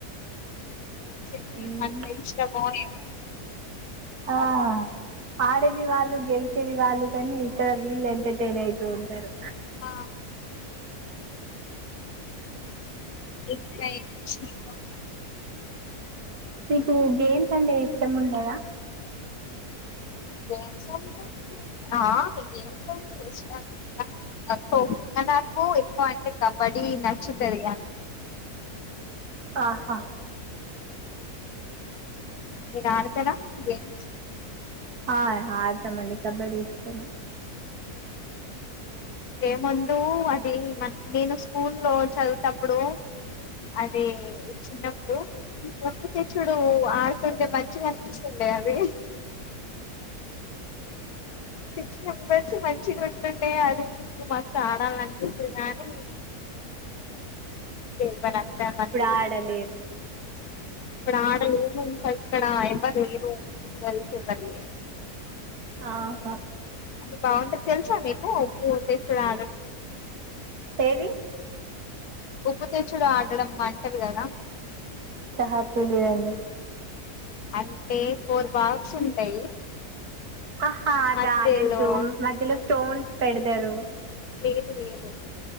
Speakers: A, on the left; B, on the right.
A: చేయిమంటే
B: ఉమ్.
A: ఇష్టమో ఏమో
B: ఆ ఆడేది వాళ్ళు గెలిచేది వాళ్ళు కానీ ఇక్కడ వీళ్ళు ఎంటర్టైన్ అయితూ ఉంటారు
A: ఆ ఇంకా ఏంటి విశేషాలు
B: మీకు గేమ్స్ అంటే ఇష్టం ఉండదా
A: గేమ్స్ అంటే ఆ గేమ్స్ అంటే ఇష్టమే కాని నాక్ఖోఖో నాకు ఎక్కువ అంటే కబడ్డీ నచ్చుతది
B: ఆహా
A: మీరు ఆడతార గేమ్స్
B: ఆ ఆడతామండి కబడ్డి ఇష్టమే
A: ఏ ముందు అది మన్ నేను స్కూలో చదువేతప్పుడు అదే చిన్నప్పుడు తె చుడు ఆడుతుండే మంచిగా అనిపిస్తుండే అవి సిక్స్ మెంబెర్స్ మంచిగా ఉంటుండే అది ఇప్పుడు మస్తు ఆడాలనిపిస్తుంది గాని
B: ఓ
A: <unintelligible> ఇప్పుడు
B: ఆడలేము
A: ఆడ ఇక్కడా ఎవరు లేరు కలిసే బర్లి
B: ఆహా
A: అ బాగుంటుంది తెలుసా మీకు ఉప్పు తెచ్చుడు ఆడడం
B: ఏది
A: ఉప్పుతెచ్చుడు ఆడడం అంటారు కదా
B: సహా తెలియదండి
A: అంటే ఫోర్ బాక్స్ ఉంటాయి
B: ఆహా అదా
A: మధ్యలో
B: తెలుసు మధ్యలో స్టోన్స్ పెడతారు
A: లేదు లేదు